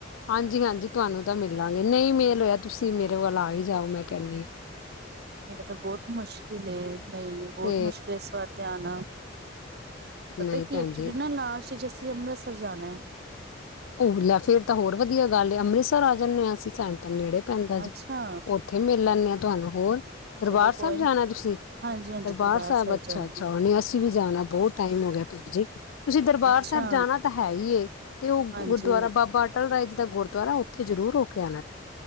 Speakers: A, on the left; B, on the right.
A: ਹਾਂਜੀ ਹਾਂਜੀ ਤੁਹਾਨੂੰ ਤਾਂ ਮਿਲਾਂਗੇ ਨਹੀਂ ਮੇ ਚਲ ਤੁਸੀਂ ਮੇਰੇ ਵੱਲ ਆ ਹੀ ਜਾਓ ਮੈਂ ਕਹਿੰਦੀ ਹਾਂ
B: ਮੇਰਾ ਤਾਂ ਬਹੁਤ ਮੁਸ਼ਕਿਲ ਨਹੀਂ ਨਹੀਂ ਬਹੁਤ
A: ਤੇ
B: ਮੁਸ਼ਕਿਲ ਇਸ ਵਾਰ ਤੇ ਆਉਣਾ ਪਤਾ
A: ਨਹੀਂ
B: ਕਿ
A: ਭੈਣ
B: ਐਕਚੁਲੀ
A: ਜੀ
B: ਨਾ ਲਾਸਟ ਅੱਜ ਅਸੀ ਅੰਮ੍ਰਿਤਸਰ ਜਾਣਾਾ ਏ
A: ਉਹ ਲੈ ਫੇਰ ਤਾਂ ਹੋਰ ਵਧੀਆ ਗੱਲ ਏ ਅੰਮ੍ਰਿਤਸਰ ਆ ਜਾਂਦੇ ਹਾਂ ਅਸੀਂ ਸੈਂ ਤ ਨੇੜੇ ਪੈਂਦਾ ਜੀ
B: ਅੱਛਾ
A: ਉੱਥੇ ਮਿਲ ਲੈਂਦੇ ਆਾਂ ਤੁਹਾਨੂੰ ਹੋਰ ਦਰਬਾਰ
B: ਚਲੋ ਕੋਈ
A: ਸਾਹਿਬ
B: ਨੀ
A: ਜਾਣਾ ਤੁਸੀਂ
B: ਹਾਂਜੀ-ਹਾਂਜੀ
A: ਦਰਬਾਰ ਸਾਹਿਬ ਅੱਛਾ
B: ਜਾਣਾ
A: ਅੱਛਾ
B: ਐ
A: ਉਹਨੇ ਅਸੀਂ ਵੀ ਜਾਣਾ ਬਹੁਤ ਟਾਈਮ ਹੋ ਗਿਆ ਪ। ਜੀ। ਤੁਸੀਂ ਦਰਬਾਰ
B: ਅੱਛਾ
A: ਸਾਹਿਬ ਜਾਣਾ ਤਾਂ ਹੈ ਹੀ ਤੇ ਉਹ
B: ਹਾਂਜੀ-ਹਾਂਜੀ
A: ਗੁਰੁਆਰਾ ਬਾਬਾ ਅਲ ਰਾ ਜੀ ਦਾ ਗੁਰਦੁਆਰਾ ਉੱਥੇ ਜ਼ਰੂਰ ਹੋ ਕੇ ਆਉਣਾ।